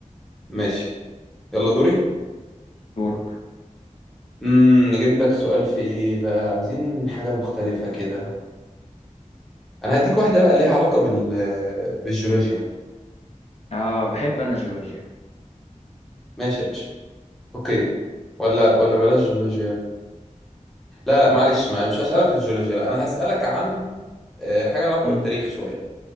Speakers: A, in the centre; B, on the left (about 55°).
A: <laughs> ماشي يلا دوري
B: دورك
A: امم نجيب لك سؤال في ايه بقى عايزين حاجة مختلفة كده انا هديك واحدة بقى ليها علاقة بال بالجيولوجيا
B: آه بحب أنا جيولوجيا
A: ماشي يا باشا اوكي ولا ولا بلاش جيولوجيا لا لا معلش معلش مش هسألك في الجيولوجيا لا انا هسألك عن آه، حاجة لها علاقة
B: مم.
A: بالتاريخ شوية